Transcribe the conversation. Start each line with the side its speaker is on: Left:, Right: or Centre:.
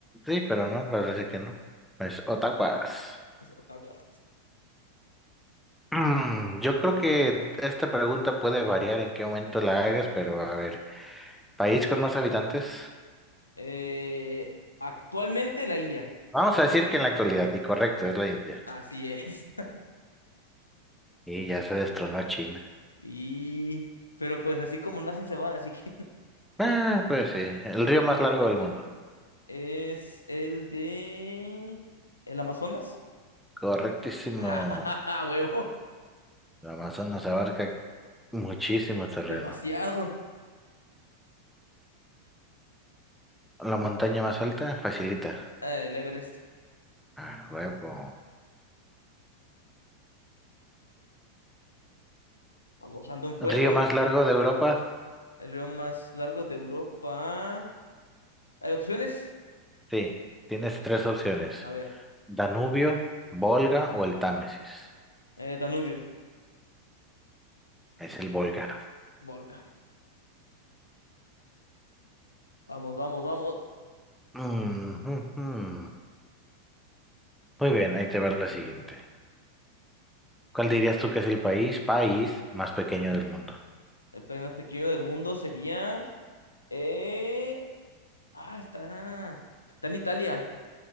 Centre: Sí, pero no, parece que no. Pues Otaguas.
Left: Es Ottawa.
Centre: Mm, yo creo que esta pregunta puede variar en qué momento la hagas, pero a ver, país con más habitantes.
Left: Eh, actualmente la India.
Centre: Vamos a decir que en la actualidad, y correcto, es la India.
Left: Así es.
Centre: Y ya se destronó a China.
Left: Y... Pero pues así como nacen se van, así que
Centre: Ah, pues sí, el río más largo del mundo.
Left: <laughs> es el de... ¿El Amazonas?
Centre: Correctísimo.
Left: <laughs> ¡Ah, huevo!
Centre: El Amazonas abarca muchísimo terreno.
Left: Demasiado.
Centre: La montaña más alta facilita.
Left: Eh, El Everest.
Centre: Ah, huevo.
Left: Vamos, ando en fuego,
Centre: Río
Left: ando
Centre: más
Left: en fuego.
Centre: largo de Europa.
Left: El río más largo de Europa. ¿Hay opciones?
Centre: Sí, tienes tres opciones.
Left: A ver.
Centre: Danubio, Volga o el Támesis.
Left: eh, Danubio.
Centre: Es el Volga.
Left: Volga. Vamos, vamos, vamos.
Centre: Mm, mm, mm. Muy bien, ahí te va la siguiente. ¿Cuál dirías tú que es el país, país más pequeño del mundo?
Left: El país más pequeño del mundo sería... eh, Ah, está. Está en Italia.